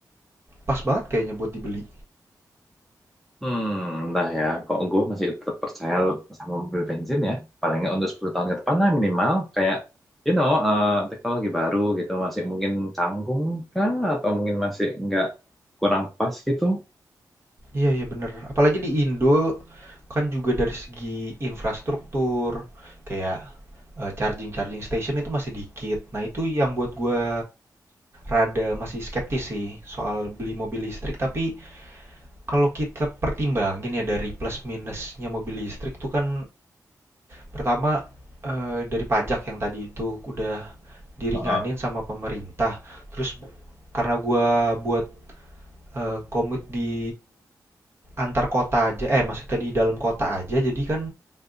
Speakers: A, on the right; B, in the centre.
A: Pas banget kayaknya buat dibeli.
B: Hmm, entah ya. Kok gue masih tetap percaya sama mobil bensin ya. Paling nggak untuk 10 tahun ke depan lah minimal. Kayak, you know, eh, teknologi baru gitu. Masih mungkin canggung kah? Atau mungkin masih nggak kurang pas gitu.
A: Iya, iya bener. Apalagi di Indo kan juga dari segi infrastruktur, kayak eh, charging-charging station itu masih dikit. Nah, itu yang buat gua rada masih skeptis sih soal beli mobil listrik. Tapi kalau kita pertimbangin ya dari plus minusnya mobil listrik tuh kan pertama eh, dari pajak yang tadi itu udah diringanin
B: Heeh.
A: sama pemerintah. Terus karena gua buat eh, komut di antar kota aja eh maksudnya di dalam kota aja jadi kan